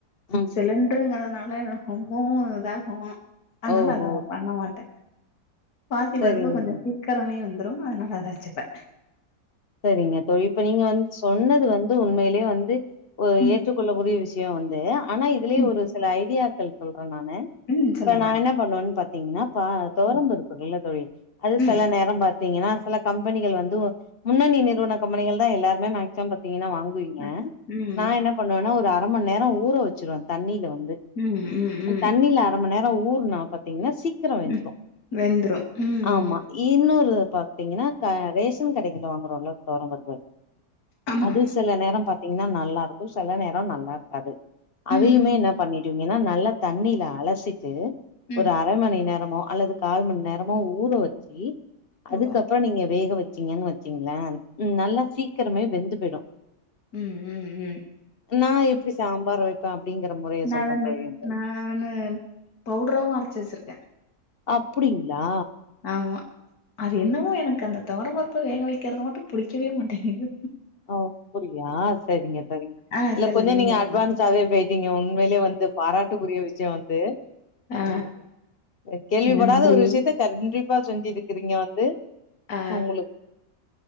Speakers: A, on the left; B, on the left.
A: ம்
B: சிலிண்டருங்கிறதுனால ரொம்பவு இதாகு அதனால
A: ஓஹோ
B: அதோ பண்ண மாட்ட பாசி
A: சரிங்க
B: பருப்பு கொஞ்சொ சீக்கரமே வந்துரு அதனால அத வெச்சுப்பே
A: செரிங்க தோழி இப்ப நீங்க வந்து சொன்னது வந்து உண்மையிலே வந்து அ
B: ம்
A: ஏற்றுக்கொள்ளக்கூடிய விஷ் யோ வந்து ஆனா இதுலயே
B: ம்
A: ஒரு சில ஐடியாக்கள் சொல்ற நானு
B: ம்
A: இப்ப
B: சொல்லுங்க
A: நா என்ன பண்ணோன் பாத்தீங்கன்னா பா தொரம்
B: ம்
A: பருப்புல்ல தொழி அது
B: ம்
A: சில நேரோ ப த்தீங்கன்னா சில கம்பெனிகள் வந்து முன்னணி நிறுவன கம்பெனிகள் தா எல்லாருமே மேக்சிம் பாத்தீங்கன்னா வாங் குவீங்க
B: அ ம்
A: நா என்ன பண்ணுவேன்னா ஒரு அர மணி நேரோ ஊற வச்சிருவே தண்ணியில வந்து
B: ம் ம்
A: உ
B: ம்
A: தண்ணில அரை மணி நேரோ ஊர்னா பாத்தீங்கன்னா சிக் கிர வெந்துரு
B: ம் வெந்துரும் ம்
A: ஆமா இன்னொரு பாத்தீங்கன்னா கா ரேஷன் கடைகள்ள வாங்குறோள தோரோ பருப்பு
B: ஆமா
A: அது சில நேரோ பாத்தீங்கன்னா நல்லாருக்கு செல நேரோ நல்லாருக்காது அதையுமே
B: ம் ம்
A: என்ன பண்ணிடுவிங்கன்னா நல்லா தண்ணில அலசிட்டு
B: ம்
A: ஒரு அ ர மணி நேரமோ அல்லது கால் மணி நேரமோ ஊற வச்சி
B: ஓ
A: அதுக்கப்புறோ நீங்க வேக வ ச்சிங்கன்னு வச்சீங்ளே ம் நல்லா சீக்கிரமே வெந்து போயிடு
B: ம் ம் ம்
A: நா எப்டி சாம்பார் வெப்பே அப்டிங்கிற முறைய
B: நா
A: சொல்றே
B: அத
A: தோழி
B: மிக்
A: வ்ந்து
B: நானு பவுடராவு அரச்சி வச்சிருக்
A: அப்புடிங்ளா
B: ஆமா அது என்னவோ எனக்கு அந்த தொவரம் பருப்ப வேக வெக்கிறது மட்டு புடிக்கவே மாட்டேங்கிது
A: அப்புடியா செரிங்க தோழி
B: ஆ
A: இல்ல
B: சொல்லுங்க
A: கொஞ்சோ நீங்க அட்வான்ஸ்ஸாவே
B: சொல்லுங்க
A: போய் டீங்க உண்மையிலே வந்து பாராட்டுக்குரிய விஷயோ வந்து
B: ஆ
A: ம் அ கேள்விப்படாத
B: நன்றி
A: ஒரு விஷயத்த கண்டிப்பா செஞ்சுருக்கிறீங்க வந்து
B: ஆ
A: உங்குளுக்கு